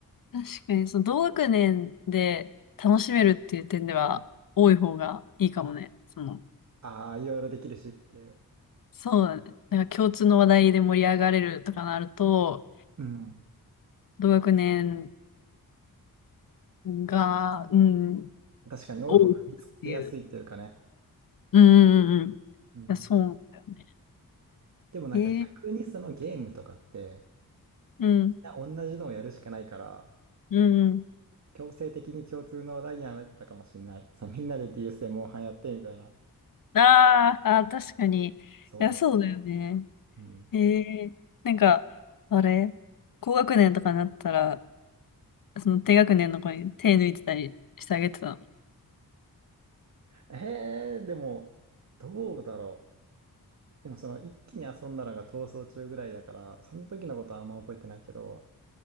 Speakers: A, on the left; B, on the right.
A: 確かに、その同学年で楽しめるっていう点では、多い方がいいかもね。その、
B: ああ、いろいろできるしっていう。
A: そうだね。なんか共通の話題で盛り上がれるとかなると、
B: うん。
A: 同学年が、うん、
B: 確かに多い方が見つけやすいっていうかね。
A: 多いっていう。うんうんうんうん。い
B: うん。
A: やそうだよね。
B: でもなんか逆にそのゲームとかって、
A: えー、うん、
B: みんな同じのをやるしかないから、
A: うんうん。
B: 強制的に共通の話題にはなってたかもしれない。そう、みんなで DS でモンハンやってみたいな。
A: あーあー、確かに。いや、
B: そ
A: そうだよね。
B: う。うん。
A: ええなんか、あれ、高学年とかになったら、その低学年の子に手抜いてたりしてあげてたの。
B: えー、でも、どうだろう。でもその一気に遊んだのが逃走中ぐらいだから、その時のことはあんま覚えてないけど、